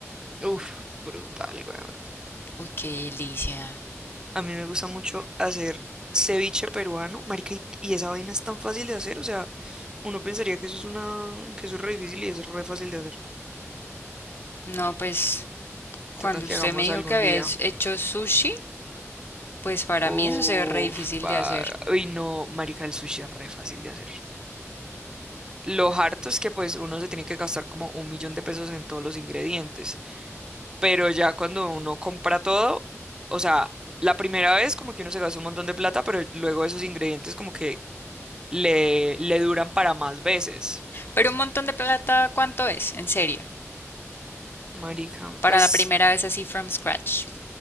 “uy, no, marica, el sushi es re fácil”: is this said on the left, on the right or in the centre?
Right